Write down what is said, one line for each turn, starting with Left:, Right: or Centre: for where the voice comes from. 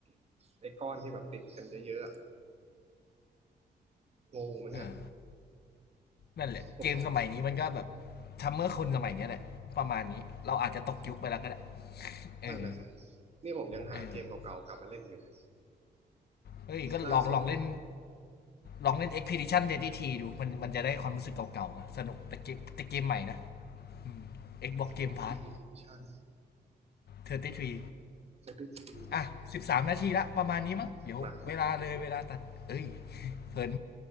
Right: ไอ้ก้อนที่แบบติดกันเยอะๆอะ งงเหมือนกัน
Left: ะ นั่นแหละเกมสมัยนี้มันก็แบบ
Right: ผมก็
Left: ทำเมื่อคนสมัยนี้แหละประมาณนี้เราอาจจะตกยุคไปแล้วก็ได้เออ
Right: นั่นน่ะสิ นี่ผมยังหาเกมเก่าๆกลับมาเล่นอยู่เลย
Left: เออเฮ้ยก็ลองลองเล่น
Right: ล่าสุด
Left: ลองเล่น Expedition 33ดสิบ T ดูมันมันจะได้ความรู้สึกเก่าๆสนุกแต่เกมแต่เกมใหม่นะอม Xbox Game
Right: Expedition
Left: Pass 33อร์ตี้ทรี
Right: ที
Left: อ่ะ13นาทีละประมาณนี้มั้งเดี๋ยวเวลาเลยเวลาตัดเอ้ย
Right: มา
Left: <laughs> เพลิน